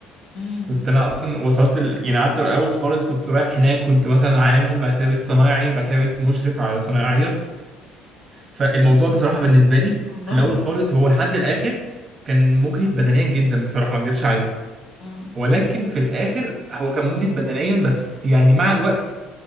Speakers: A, on the left; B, on the right.
A: امم
B: كنت انا اصلا وصلت ال... يعني قعدت الاول خالص كنت رايح هناك كنت مثلا عامل بعد كده بقيت صنايعي بعد كده بقيت مشرف على صنايعيه فالموضوع بصراحة بالنسبة لي
A: الله
B: في الأول خالص هو لحد الآخر كان مجهد بدنيا جدا بصراحة ما أكدبش عليك
A: امم
B: ولكن في الآخر هو كان مجهد بدنيا بس يعني مع الوقت